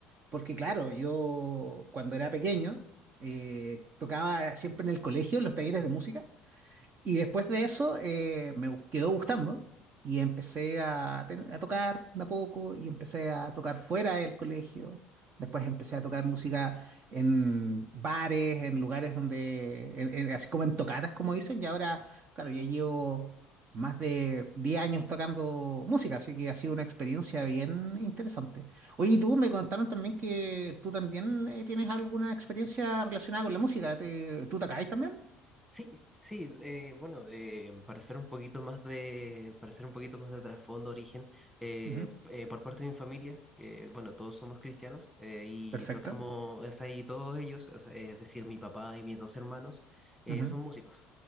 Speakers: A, on the right (about 40°); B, in the centre.
A: porque claro, yo cuando era pequeño eh, tocaba siempre en el colegio, en los talleres de música. Y después de eso eh, me gu- quedó gustando y empecé a, ten- a tocar de a poco y empecé a tocar fuera del colegio. Después empecé a tocar música en bares, en lugares donde, en- en- así como en tocadas, como dicen. Y ahora, claro, ya llevo más de 10 años tocando música, así que ha sido una experiencia bien interesante. Oye, y tú me contaron también que tú también eh, tienes alguna experiencia relacionada con la música. ¿Te- ¿Tú tocáis también?
B: Sí, sí, eh, bueno, eh, para hacer un poquito más de, para hacer un poquito más de trasfondo, origen, eh,
A: Ujú.
B: eh, por parte de mi familia, eh, bueno, todos somos cristianos eh, y
A: Perfecto.
B: tocamos, Es ahí todos ellos, o sea, es decir, mi papá y mis dos hermanos, eh,
A: Ujú,
B: son músicos.